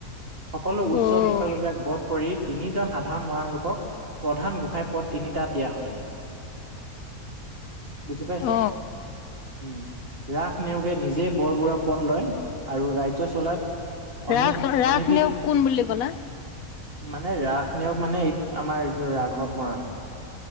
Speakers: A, on the right (about 40°); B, on the left (about 70°).
A: সকলো
B: অ',
A: উচ্চ বিষয়ববিয়াক বধ। কৰি তিনিজন সাধাৰণ মৰাণ লোকক। প্ৰধান গোঁসাঁই পথ তিনিটা দিয়া হয়। বুজি পাইছা
B: অ
A: উম। ৰাস নেওঁগে নিজে বৰবৰুৱা পদ লয় আৰু ৰাজ্য চলাত।
B: ৰাস
A: অনি
B: ৰাস
A: অনিভিক
B: নেওঁগ কোন বুলি ক'লা।
A: মানে ৰাস নেওঁক মানে এই আমাৰ এই ৰাঘৱ মৰাণ।